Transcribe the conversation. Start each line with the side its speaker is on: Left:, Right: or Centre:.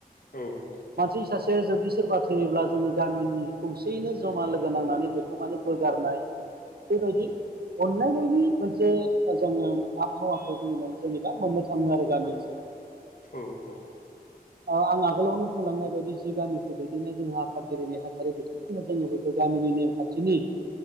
Left: औ
Right: मानसि सासे जुदि सोरबा थैयोब्ला जोङो गामिनि खौसेयैनो जमा लोगो नांनानै बेखौ माने बोगारनाय बेबायदि अनलायनायनि मोनसे ओ जोङो आबहावाखौ जोङो मोन जेनेबा मोननो थाङो आरो गामि ओनसोलाव। <inaudible>
Left: औ औ।
Right: ओ आं आगोलावनो बुंलांनाय बायदि जि गामिखौ दैदेननाय जोंहा आफादगिरि नेहाथारि बिथांमोननो जोङो गामिनि नेमखान्थिनि